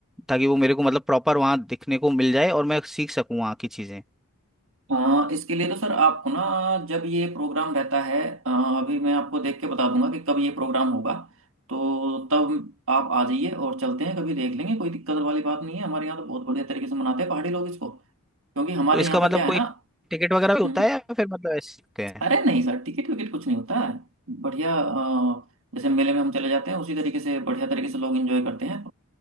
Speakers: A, in the centre; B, on the right (about 65°).
A: ताकि वो मेरे को मतलब प्रॉपर वहाँ दिखने को मिल जाए और मैं सीख सकूँ वहाँ की चीज़ें
B: हाँ इसके लिए तो सर आपको ना जब ये प्रोग्राम रहता है अ, अभी मैं आपको देख के बता दूंगा कि कब ये प्रोग्राम होगा तो तब आप आ जाइए और चलते हैं कभी देख लेंगे कोई दिक्कत वाली बात नहीं है हमारे यहाँ तो बहुत बढ़िया तरीके से मनाते हैं पहाड़ी लोग इसको क्योंकि हमारे
A: तो इसका
B: यहाँ पे
A: मतलब
B: क्या
A: कोई
B: है ना
A: टिकट वगैरह भी होता
B: हम्म,
A: है या फिर मतलब ऐसे ही होते हैं
B: अरे नहीं सर टिकट विकट कुछ नहीं होता है बढ़िया अ, जैसे मेले में हम चले जाते हैं उसी तरीके से बढ़िया तरीके से लोग एंजॉय करते हैं